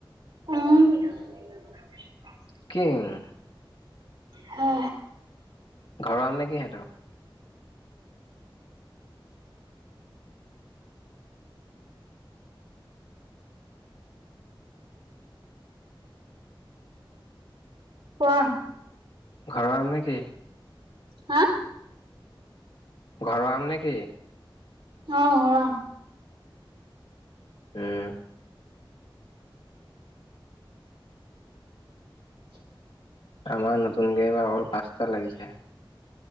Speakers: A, on the right (about 85°); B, on the left (about 75°).
A: উম
B: কি উম
A: হা
B: ঘৰ আম নেকি হেতৰ
A: কোৱা
B: ঘৰৰ আম নেকি
A: হা
B: ঘৰ আম নেকি
A: অহ অহ
B: উম
A: উ <inaudible>
B: আমাৰ নতুনকে এবাৰ অকল পাঁচটা লাগিছে